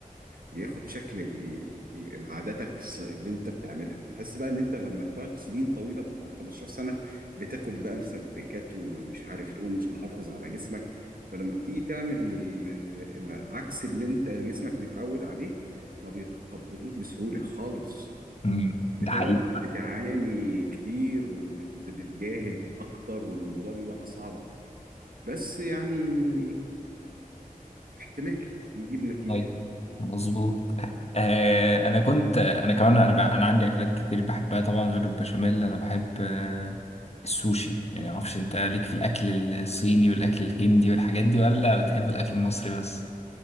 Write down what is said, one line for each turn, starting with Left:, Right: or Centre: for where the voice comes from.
Right: بياخد شكل ال- ال- عاداتك الص- اللي انت بتعملها تحس بقى ان انت لما بتقعد سنين طويله بتقعد 15 سنه بتاكل بقى مسبكات ومش عارف ايه ومش محافظ على جسمك فلما بتيجي تعمل ال- العكس اللي انت جسمك متعود عليه ما بيتقبلوش بسهوله خالص
Left: امم
Right: بتقعد
Left: ده حقيقي
Right: بتعاني كتير وبتجاهد اكتر والموضوع بيبقى اصعب بس يعني احتمال يجيب نتيجه
Left: طيب مظبوط آه انا كنت انا كمان انا ب... انا عندي اكلات كتير بحبها طبعا غير البشاميل انا بحب آه السوشي يعني ما اعرفش انت ليك في الاكل الصيني والاكل الهندي والحاجات دي ولا بتحب الاكل المصري بس